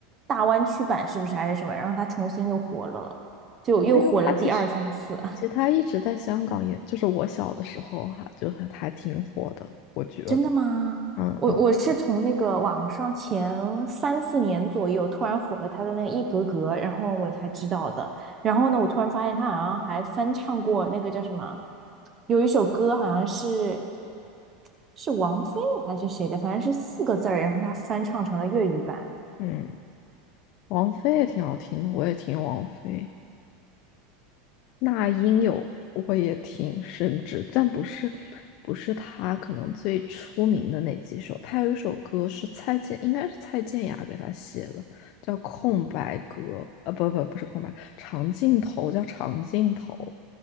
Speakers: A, on the right; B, on the left.
A: 大湾区版，是不是还是什么？然后他重新又火了，就又火了第二三次。
B: 没有，她其实其实她一直在香港也，就是我小的时候哈、就还还挺火的，我觉得，
A: 真的吗？
B: 嗯嗯，
A: 我我是从那个网上前三四年左右突然火了他的那个一格格，
B: 对，
A: 然后我才知道的。然后呢，我突然发现他好像还翻唱过那个叫什么，有一首歌好像是是王菲的还是谁的，反正是四个字儿，然后他翻唱成了粤语版。
B: 嗯。王菲也挺好听的，我也听王菲。那英有我也挺甚至，但不是不是她可能最出名的那几首。她有一首歌是蔡健，应该是蔡健雅给她写的，叫《空白格》。呃，不不不是空白，长镜头叫长镜头，